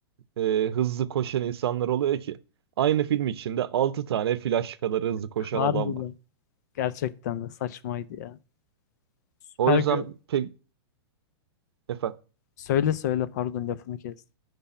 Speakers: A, on the right (about 70°); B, on the left (about 40°).
A: e, hızlı koşan insanlar oluyor ki aynı film içinde 6 tane Flash kadar hızlı koşan
B: Harbiden.
A: adam var.
B: Gerçekten de saçmaydı ya. Süper
A: O yüzden
B: gö-
A: pek efendim
B: Söyle söyle pardon lafını kes.